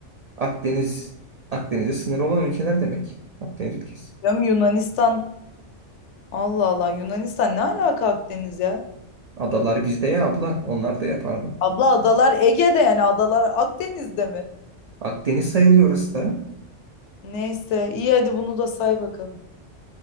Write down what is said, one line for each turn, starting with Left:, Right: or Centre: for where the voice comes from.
Right: Akdeniz, Akdeniz'e sınır olan ülkeler demek. Akdeniz ülkesi.
Left: Ya Yunanistan Allah Allah Yunanistan ne alaka Akdeniz ya?
Right: Adalar bizde ya abla, onlar da yapardı.
Left: Abla adalar Ege'de yani adalar Akdeniz'de mi?
Right: Akdeniz sayılıyor orası da.
Left: Neyse iyi hadi bunu da say bakalım.